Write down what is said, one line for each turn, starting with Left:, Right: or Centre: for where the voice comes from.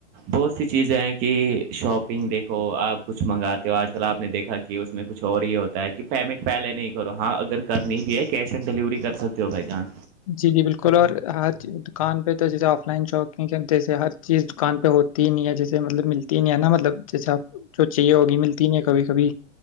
Right: بہت سی چیزیں ہیں کہ شاپنگ دیکھو آپ کچھ منگاتے ہو آج کل آپ نے دیکھا کہ کہ اس میں کچھ اور یہ ہوتا ہے کہ پیمنٹ پہلے نہیں کرو ہاں اگر کرنی بھی ہے کیش آن ڈلیوری کر سکتے ت بھ جان
Left: جی جی بالکل اور ہاتر دکان پہ تو جیسے آف لائن شاپنگ کر جیسے ہر چیز دکان پہ ہوتی ہی نہیں ہے جیسے مطلب ملتی ہی نہیں ہے نا مطلب جیسے آپ جو چاہیے ہوگی ملتی نہیں کبھی کبھی